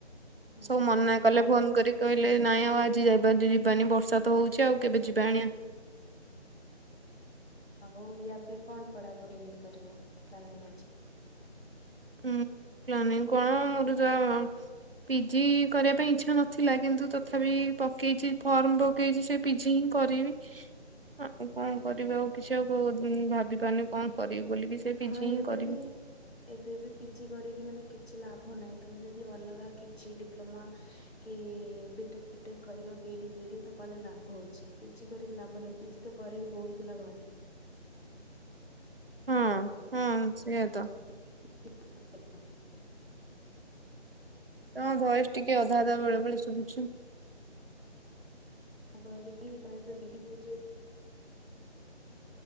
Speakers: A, on the left (about 65°); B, on the right (about 55°).
A: ଓହୋ
B: ସବୁ ମନା କଲେ
A: ମୋ
B: ଫୋନ କରିକି। କହିଲେ ନାଇଁ ଆଉ ଆଜି ଯ ଯିବାନି ବର୍ଷା ତ ହଉଛି ଆଉ କେବେ ଯିବା ଆଣିଆ।
A: ହଉ ୟା ପରେ କଣ ପଢାପଢି କରିବ ପ୍ଲାନିଙ୍ଗ ଅଛି?
B: ହୁଁ ପ୍ଲାନିଂ କଣ ମୁରୁଜ - ପିଜି କରିବା ପାଇଁ ଇଚ୍ଛା ନଥିଲା। କିନ୍ତୁ ତଥାପି ପକେଇଛି ଫର୍ମ ପକେଇଛି ସେ ପିଜୀ ହିଁ କରିବି ଆଉ କଣ କରିବି ଆଉ କିଛି ଆଉ ଭାବି ପାରୁନି କଣ କରିବି ବୋଲିକି ସେ ପିଜୀ
A: ହଁ
B: ହିଁ
A: ଏବେ
B: କରିବି।
A: ବି ଏବେ ବି ପିଜି କରିକି ମାନେ କିଛି ଲାଭ ନାହିଁ। ତମେ ଯଦି ଅଲଗା କିଛି ଡିପ୍ଲୋମା କି ବିଟେକ ଫିଟେକ କରିବ ବିଡି ଫିଡି ତ କଲେ ଲାଭ ହଉଛି ପିଜି କରିକି ଲାଭ ନ ପିଜି ତ କରିକି ବହୁତ ପିଲା ଘରେ।
B: ହଁ ହଁ ସେୟା ତ।
A: ହଁ।
B: ତମ ଭଏସଟିକେ ଅଧା ଅଧା ବେଳେ ବେଳେ ଶୁଭୁଛି।
A: ମୁଁ କହିଲି କି ତମେବେ ବିଡି ପିଜି